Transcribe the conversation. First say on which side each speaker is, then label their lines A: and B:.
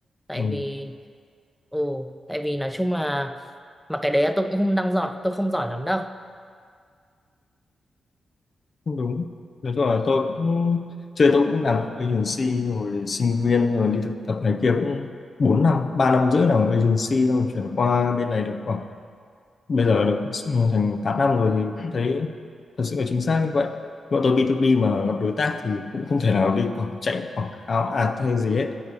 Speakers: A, in the centre; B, on the left (about 55°).
A: tại
B: ừ.
A: vì ừ tại vì nói chung là mà cái đấy là tôi cũng không đang giỏi tôi không giỏi lắm đâu
B: cũng đúng nói chung là tôi cũng chơi tôi cũng làm agency rồi sinh viên rồi đi thực tập này kia cũng 4 năm 3 năm rưỡi làm agency xong rồi chuyển qua bên này được khoảng bây giờ được thành 8 năm rồi thì cũng thấy thật sự là chính xác như vậy bọn tôi B2B mà gặp đối tác thì cũng không thể nào đi quảng chạy quảng cáo ad hay gì hết